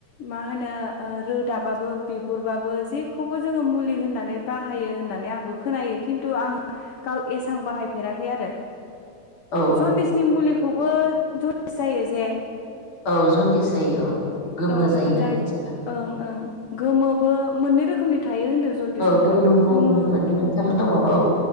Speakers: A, on the left; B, on the left.
A: मा होनो ओ रोदाबाबो बिगुरबाबो जेखौबो जोङो मुलि होननानै बाहायो होननानै आंबो खोनायो खिन्थु आङो गाव एसां बाहायफेराखै आरो
B: औ
A: जनदिसनि मुलिुखौ बो जस दिस जायो जे
B: औ जनदिेस जायो औ गोमो
A: औ
B: जायोना
A: औ जाय
B: मानसिया
A: ओं ओं गोमोबो मोननै रोखोमनि थायो होनदों जनदिसखौथ'
B: औ गुबुन-गुबुन
A: गोमो
B: मोननै मोनथाम
A: गुफु
B: दङ औ